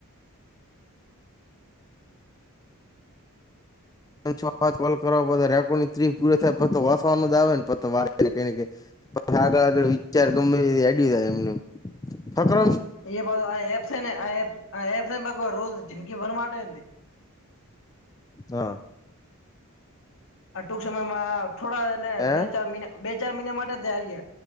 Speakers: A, on the left; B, on the left.
A: છ વા કોલ કરવા રેકોર્ડ ત્રી પૂરી થાય વસવાનો જ આવે નેઈ પછી આગળ આગળ વિચાર ગમે આડીાય એમને ફકર
B: એ આ એપ છે ને આ આ એપને રોજ જિંદગી ભર માટે
A: હા
B: આ ટૂંક સમયમાં થોડા એને
A: હે
B: બે ચાર મહિના બે ચાર મહિના માટે તારીય